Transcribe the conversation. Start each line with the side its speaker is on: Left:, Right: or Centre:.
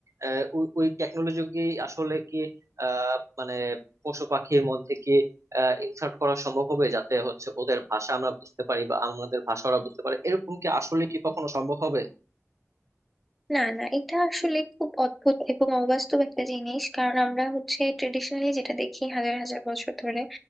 Right: আহ, ওই ওই টেকনোলজি কি আসলে কি আহ, মানে পশু পাখির মধ্যে কি ইনসার্ট করা সম্ভব হবে যাতে হচ্ছে ওদের ভাষা আমরা বুঝতে পারি বা আমাদের ভাষা ওরা বুঝতে পারে এরকম কি আসলে কি কখনো সম্ভব হবে
Centre: না না এটা আসলে খুব অদ্ভুত এবং অবাস্তব একটা জিনিস কারণ আমরা হচ্ছে ট্রেডিশনালি যেটা দেখি হাজার হাজার বছর ধরে